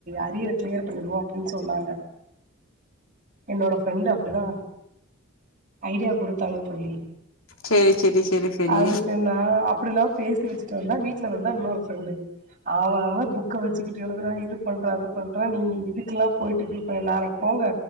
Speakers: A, on the right; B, on the left.
A: அரியிற கிளியர் பண்ணிருவோ அப்டின்னு சொன்னாங்க என்னோட ஃப்ரெண்ட டுதா ஐடியா குடுத்தாங்க தோலி
B: சரி, சரி, சரி, சரி.
A: அதுக்கு நா அப்டில்லா பேசி வச்சுட்டு வந்தா வீட்டுல வந்தா இன்னொரு ஃப்ரண்டு ஆவ அவ புக்க வச்சுக்கிட்டு எழுதுறா இது பண்றா இது பண்றா நீங்க இதுக்கெல்லா போயிட்டு <unintelligible> பண்ண நாளைக்கு போங்க